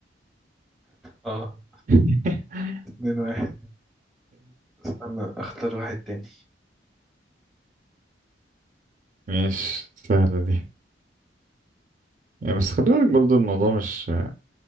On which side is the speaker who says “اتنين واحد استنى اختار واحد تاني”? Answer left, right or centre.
Centre